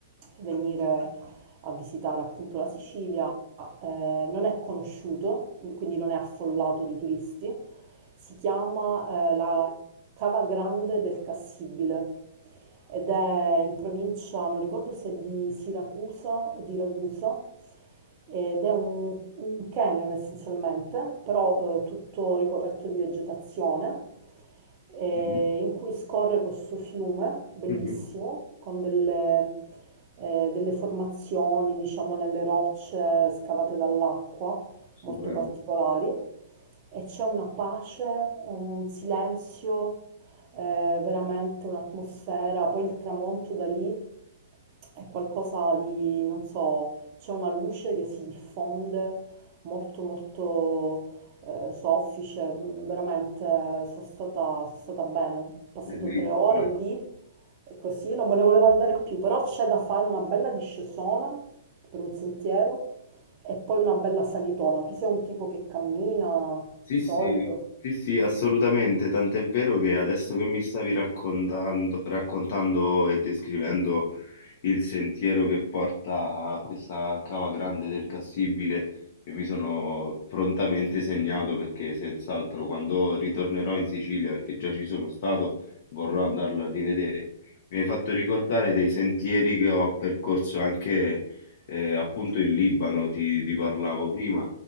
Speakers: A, on the right; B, on the left.
A: venire a visitare appunto la Sicilia, ma eh, non è conosciuto, quindi non è affollato di turisti. Si chiama eh, la Cava Grande del Cassibile ed è in provincia, non ricordo se è di Siracusa o di Ragusa, ed è un, un canyon essenzialmente, però eh, tutto ricoperto di vegetazione, eh,
B: mhm,
A: in cui scorre questo fiume bellissimo,
B: mhm.
A: con delle, eh, delle formazioni, diciamo, nelle rocce scavate dall'acqua,
B: Stupendo,
A: molto particolari, e c'è una pace, un silenzio, eh, veramente un'atmosfera, poi il tramonto da lì è qualcosa di, non so, c'è una luce che si diffonde molto molto eh, soffice, mm, veramente eh, sono stata, sono stata bene. Ho passato
B: bellissimo.
A: tre ore lì e così non me ne volevo andare più, però c'è da fare una bella discesona per un sentiero e poi una bella salitona. Tu sei un tipo che cammina
B: Sì,
A: di solito?
B: sì, sì, sì, assolutamente, tant'è vero che adesso che mi stavi raccontando, raccontando e descrivendo il sentiero che porta a questa cava grande del Cassibile, che mi sono prontamente segnato perché senz'altro quando ritornerò in Sicilia, perché già ci sono stato, vorrò andarlo a rivedere. Mi hai fatto ricordare dei sentieri che ho percorso anche eh, appunto in Libano, ti ti parlavo prima